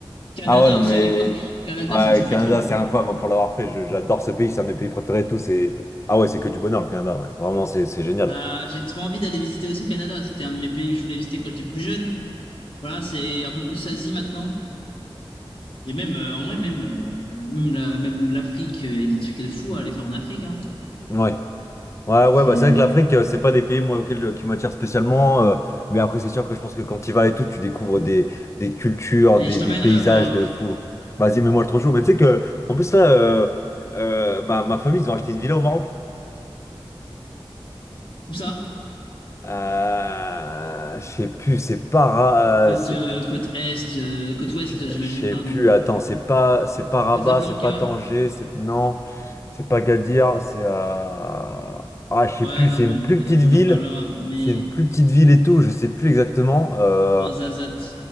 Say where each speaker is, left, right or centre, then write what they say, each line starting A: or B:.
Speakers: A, on the left; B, on the left.
A: Canada
B: Ah ouais, non,
A: aussi
B: mais
A: à l'époque. Canada,
B: ouais,
A: ça me chauffait
B: Canada,
A: trop.
B: c'est incroyable hein, pour l'avoir fait. Je- J'adore ce pays, c'est un de mes pays préférés et tout. C'est... Ah ouais, c'est que du bonheur, le Canada, ouais. Vraiment, c'est c'est génial.
A: Ah, j'ai trop envie d'aller visiter aussi le Canada. C'était un de mes pays que je voulais visiter quand j'étais plus jeune. Voilà, c'est un peu plus Asie maintenant. Et même, euh, en vrai, même, euh, même la- même l'Afrique, euh, il y a des trucs de fou à aller faire en Afrique. Hein.
B: Ouais. Ouais, ouais,
A: C'est-
B: bah c'est vrai que l'Afrique, euh, c'est pas des pays moi, auxquels je- qui m'attirent spécialement. euh, mais après, c'est sûr que je pense que quand tu y vas et tout, tu découvres des, des cultures,
A: Mais
B: des,
A: je t'emmènerai
B: des paysages
A: au Maroc.
B: de fou. Vas-y, mets-moi le trop chaud. Mais tu sais que, en plus, là, euh, euh, ma, ma famille, ils ont acheté une villa au Maroc.
A: Où ça?
B: Euh, je sais plus, c'est para,
A: Côte,
B: euh, c'est
A: euh, côte est, euh, côte ouest,
B: Je
A: j'imagine,
B: je sais
A: pardon.
B: plus, attends, c'est pas c'est pas Rabat,
A: Casablanca.
B: c'est pas Tanger, c'est non, c'est pas Gadir, c'est à ah je sais
A: Ouais,
B: plus,
A: non,
B: c'est
A: mais
B: une plus petite
A: on
B: ville,
A: en reparlera. Mais
B: c'est une plus petite ville et tout, je sais plus exactement. Euh,
A: Ouarzazate.